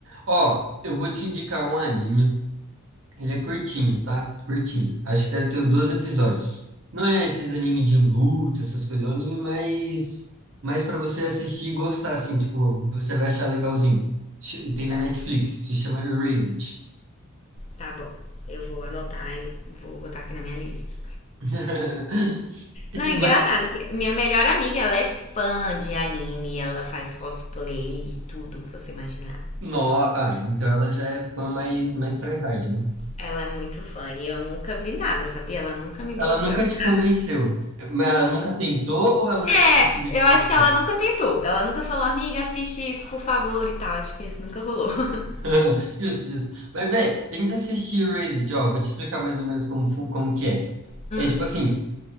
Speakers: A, on the right; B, on the left.
A: Ó, eu vou te indicar um anime. Ele é curtinho, tá? Curtinho. Acho que deve ter 12 episódios. Não é esses anime de luta, essas coisas. É um anime mais, mais para você assistir e gostar, assim. Tipo, você vai achar legalzinho. Ch- Tem na
B: Tá.
A: Netflix. Se chama Erase It.
B: Tá bom. Eu vou anotar e vou botar aqui na minha lista.
A: <laughs>
B: Não,
A: De-
B: é engraçado
A: Mas,
B: que minha melhor amiga, ela é fã de anime, ela faz cosplay, tudo que você imaginar.
A: no, ah, então ela já é fã mais, mais tryhard, né?
B: Ela é muito fã e eu nunca vi nada, sabia? Ela nunca me
A: Ela
B: botou
A: nunca
B: pra ver
A: te
B: nada.
A: convenceu. Mas ela nunca tentou ou ela nunca
B: É,
A: conseguiu
B: eu
A: te convencer?
B: acho que ela nunca tentou. Ela nunca falou, amiga, assiste isso, por favor, e tal. Acho que isso nunca rolou. <laughs>
A: <laughs> Justo, justo. Mas, velho, tenta assistir Raid, ó. Vou te explicar mais ou menos como, fu- como que é.
B: Hum,
A: É tipo assim,
B: sim.